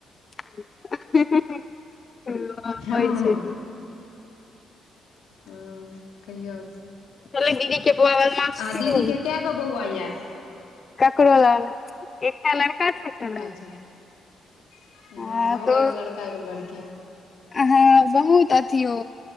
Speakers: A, on the left (about 35°); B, on the left (about 80°).
A: ह होइ
B: हँ
A: छैय
B: हॅं कहियोऔर सब
A: छलै दीदी के बौआ बदमाश
B: आहाॅं दीदी
A: खूब
B: के, गो बौआ यैए,
A: ककरो लै नै, क लड़का, एकटा लड़की
B: अच्छा। हूँ
A: हँ
B: हमरो
A: तो
B: एगो लड़का एगो लड़की
A: हॅं बहुत अथी हो,